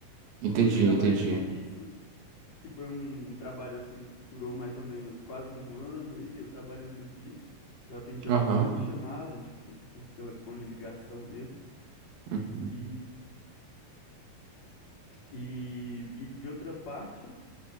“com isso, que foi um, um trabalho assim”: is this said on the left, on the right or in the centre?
Left